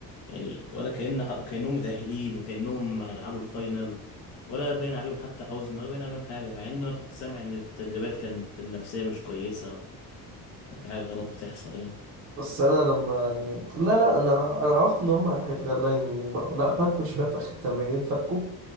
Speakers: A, on the left; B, on the right.
A: يعني ولا كأن كأنهم متأهلين وكأنهم هيلعبوا الفاينل ولا باين عليهم حتى حزن ولا باين عليهم حاجه مع ان انا كنت سامع ان في التدريبات كانت النفسيه مش كويسه وكان في حاجه غلط بتحصل يعني
B: بس أنا لما يعني لا لا أنا أنا عرفت إن هما هيتغلوا يعني ب- لا فكوا شباب في آخر التمرين فكوا